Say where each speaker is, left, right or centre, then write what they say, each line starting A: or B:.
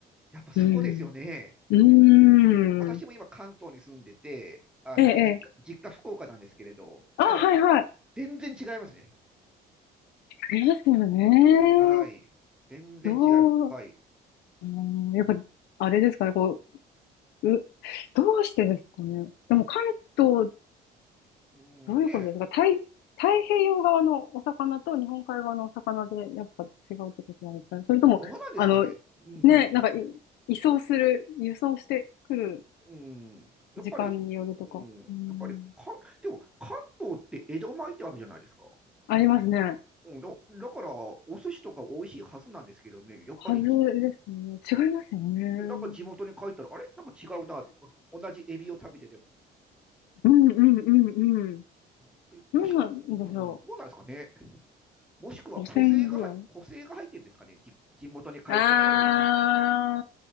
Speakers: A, in the centre; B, on the left (about 80°).
A: やっぱそうですよね。
B: うん。うーん。
A: あの、私も今関東に住んでて、あの、
B: ええ、ええ。
A: 実家、実家福岡なんですけれど、
B: あ、
A: やっぱり
B: はいはい。
A: 全然違いますね。
B: 違いますよね。
A: はい。全然違います。
B: どう、
A: はい。
B: うん、やっぱ、あれですかね、こう、う、どうしてですかね。でも関東、
A: うん、
B: どういうことですか太、
A: ねえ、
B: 太平洋側のお魚と日本海側のお魚でやっぱ違うってことなんですかね。それとも、
A: どうなんですかね。
B: あの、
A: うん、
B: ね、なんかい、移送する、輸送してくる
A: うん、やっぱり、
B: 時間によるとか。
A: うん、
B: うん。
A: やっぱりか、でも関東って江戸前ってあるじゃないですか。
B: ありますね。
A: うん、だだから、お寿司とか美味しいはずなんですけどね、やっぱりじ、
B: はずですね。違いますよね。
A: なんか地元に帰ったら、あれなんか違うな、同じエビを食べてても。
B: うんうんうんうん。
A: うんもしくは、
B: なんなんでしょ
A: うん、どうなんですかね。もしくは補正が入補正が入ってるんですかね。
B: う。汚染具合。
A: じ地元に帰ってから美味しい
B: あ